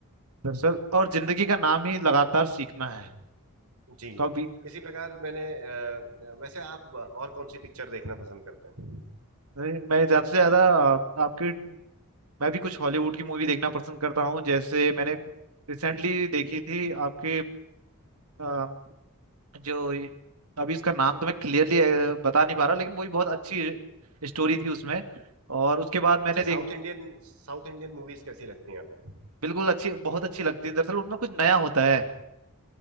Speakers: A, on the right; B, on the right.
A: दरअसल और जिंदगी का नाम ही लगातार सीखना है
B: जी
A: कभी
B: इसी प्रकार मैंने अ, वैसे आप और कौन सी पिक्चर देखना पसंद करते हैं
A: नहीं, मैं ज्यादा से ज्यादा आप- आपके मैं भी कुछ हॉलीवुड की मूवी देखना पसंद करता हूँ जैसे मैंने रिसेंटली देखी थी आपके अ, जो ये- अभी इसका नाम तो मैं क्लियरली बता नहीं पा रहा लेकिन वही बहुत अच्छी स्टोरी थी उसमें और उसके बाद मैंने
B: अच्छा South
A: देखी
B: Indian south Indian movies कैसी लगती हैं आपको
A: बिल्कुल अच्छी बहुत अच्छी लगती है दरअसल उनमें कुछ नया होता है